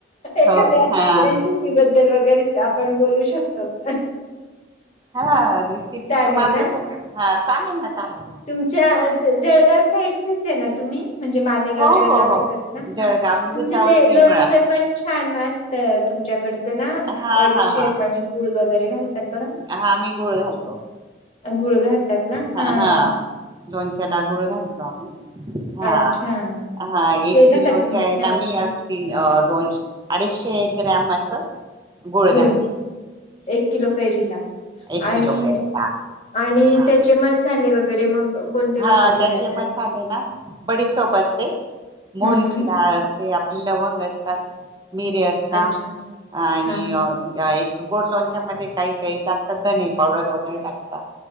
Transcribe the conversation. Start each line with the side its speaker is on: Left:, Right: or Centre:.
Left: एखाद्या
Right: हो का हा
Left: रेसिपी बद्दल वगैरे आपण बोलू शकतो का?
Right: हा रेसिपी
Left: चालेल
Right: तर मात
Left: ना
Right: हा चालेल ना चालेल ना.
Left: तुमच्या जळगाव साईडचच आहे ना तुम्ही? म्हणजे मालेगाव
Right: हो
Left: जळगाव
Right: हो हो
Left: इ ना
Right: जळगाव
Left: ह तुमचं
Right: मी भुसावळची
Left: ते लोनचं
Right: आहे मुळात
Left: पण छान असतं तुमच्याकडं... त ना
Right: हा
Left: बडीशेप
Right: हा हा
Left: आणि गूळ वगैरे घालतात बघा?
Right: हा हा मी गुळ घालतो
Left: गुळ घालतात ना?
Right: हा
Left: हां.
Right: हा लोणच्याला गुळ घालतो आम्ही. हां,
Left: अच्छा
Right: हा एक
Left: केलं
Right: किलो
Left: का तुम्ही
Right: चायला
Left: ह्या
Right: मी
Left: वर्षी
Right: असं. तीन दोनश अडीचशे ग्रॅम असं. गोळे
Left: गुळ
Right: घाडते.
Left: एक किलो कैरीला
Right: एक
Left: आणि
Right: किलो कैरीला
Left: आणि
Right: हा
Left: त्याचे मस् ले वगैरे मग कोणते
Right: हा
Left: वापरले
Right: त्याचे
Left: जातात
Right: मसाले ना बडी सोप असते मोहरीची
Left: हम्म हम्म
Right: डाळ असते. ते आपले लवंग असतात मिरे असत आणि.
Left: अच्छा हा हा
Right: एक गोड लोणच्या मध्ये काही काही टात तर धने पावडर वगैरे टाकत.